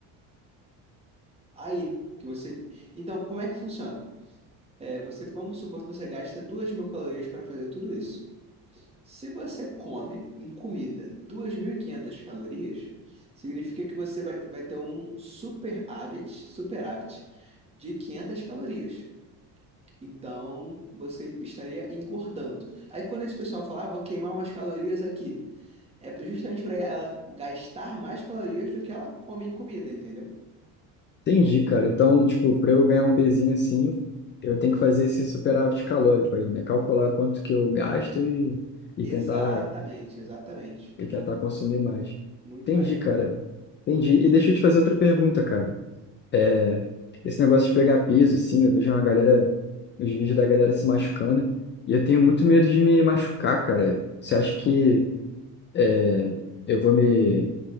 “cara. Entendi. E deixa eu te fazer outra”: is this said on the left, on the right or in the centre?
Left